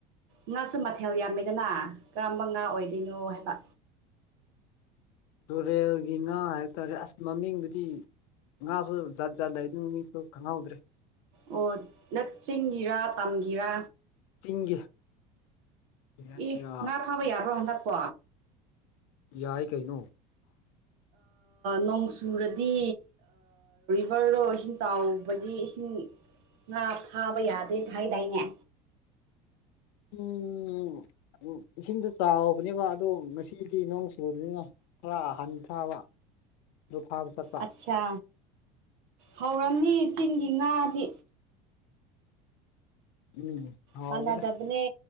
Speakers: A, on the right; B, on the left.
A: ꯉꯥꯁꯨ ꯃꯊꯦꯜ ꯌꯥꯝꯃꯤꯗꯅ ꯀꯔꯝꯕ ꯉꯥ ꯑꯣꯏꯗꯣꯏꯅꯣ ꯍꯥꯏꯕ
B: ꯇꯨꯔꯦꯜꯒꯤ ꯉꯥ ꯍꯥꯏꯕ ꯇꯥꯔꯦ ꯑꯁ ꯃꯃꯤꯡꯗꯨꯗꯤ ꯉꯥꯁꯨ ꯖꯥꯠ ꯖꯥꯠ ꯂꯩꯗꯅ ꯃꯤꯁꯨ ꯈꯪꯍꯧꯗ꯭ꯔꯦ
A: ꯑꯣ ꯅ ꯆꯤꯡꯒꯤꯔꯥ ꯇꯝꯒꯤꯔ
B: ꯆꯤꯡꯒꯤ ꯀꯩ ꯍꯥꯏꯁꯤꯔꯥ
A: ꯏ ꯉꯥ ꯐꯥꯕ ꯌꯥꯕ꯭ꯔꯣ ꯍꯟꯗꯛꯀꯣ
B: ꯌꯥꯏ ꯀꯩꯅꯣ
A: ꯅꯣꯡ ꯆꯨꯔꯗꯤ ꯚꯔꯗꯣ ꯏꯁꯤꯡ ꯆꯥꯎꯕꯒꯤ ꯏꯁꯤꯡ ꯉꯥ ꯐꯥꯕ ꯌꯥꯗꯦ ꯐꯥꯏꯗꯥꯏꯅꯦ
B: ꯎꯝ ꯎ ꯎꯝ ꯏꯁꯤꯡꯗꯣ ꯆꯥꯎꯕꯅꯦꯕ ꯑꯗꯣ ꯉꯁꯤꯗꯤ ꯅꯣꯡ ꯆꯨꯕꯗꯨꯅꯤꯅ ꯈꯔ ꯍꯟꯊꯥꯕ ꯂꯗꯨꯐꯥꯕ ꯆꯠꯄ
A: ꯑꯠꯁꯥ ꯍꯧꯔꯝꯅꯤ ꯆꯤꯡꯒꯤ ꯉꯥꯗꯤ
B: ꯎꯝ ꯍꯥꯎꯋꯦꯗ
A: ꯃꯥꯟꯅꯗꯕꯅꯦ